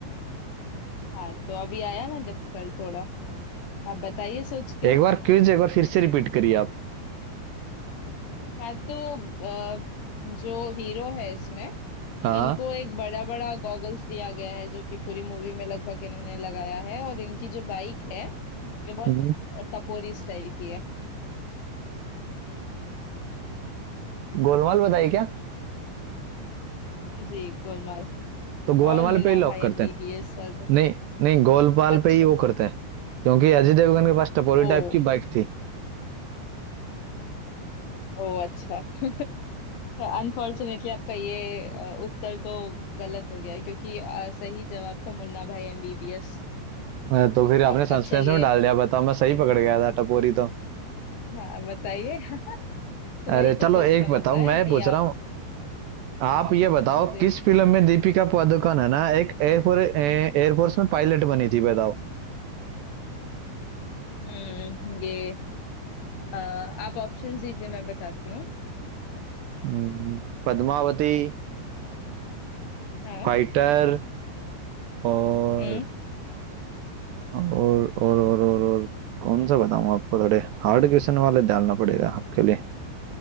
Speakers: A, on the left; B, on the right.
A: हाँ तो अभी आया ना डिफिकल्ट थोड़ा आप बताइए सोच के
B: एक बार क्विज एक बार फिर से रिपीट करिए आप
A: हाँ तो आ, जो हीरो है इसमें
B: हाँ
A: इनको एक बड़ा बड़ा गॉगल्स दिया गया है जो कि पूरी मूवी में लगभग इन्होंने लगाया है और इनकी जो बाइक है ये बहुत
B: हम्म,
A: टपोरी स्टाइल की है
B: गोलमाल बताइए क्या
A: जी गोलमाल
B: तो गोलमाल
A: और मुन्ना
B: पे ही लॉक
A: भाई
B: करते
A: एमबीबीएस
B: हैं
A: और
B: नहीं नहीं गोलमाल
A: अच्छा
B: पे ही वो करते हैं क्योंकि अजय देवगन के पास टपोरी
A: ओ
B: टाइप की बाइक थी
A: ओ अच्छा <laughs> अनफॉर्चुनेटली आपका ये अ, उत्तर तो गलत हो गया क्योंकि अ, सही जवाब था मुन्ना भाई एमबीबीएस
B: अरे तो फिर आपने
A: आपका
B: सस्पेंस
A: चलिए
B: में डाल दिया बताओ मैं सही पकड़ गया था टपोरी तो
A: हाँ बताइए <laughs> तो वही
B: अरे
A: तो
B: चलो
A: क्विज
B: एक
A: का
B: बताओ
A: मजा है
B: मैं
A: कि
B: पूछ रहा
A: आप
B: हूँ आप ये बताओ
A: जी
B: किस फिल्म में दीपिका पादुकोण है ना एक एयरफोर्स एयरफोर्स में पायलट बनी थी बताओ
A: हम्म ये अ, आप ऑप्शन दीजिए मैं बताती हूँ
B: हम्म, पद्मावती
A: हाँ
B: फाइटर और
A: हम्म
B: और और और और, और कौन सा बताऊँ आपको थोड़े हार्ड क्वेश्चन वाले डालना पड़ेगा आपके लिए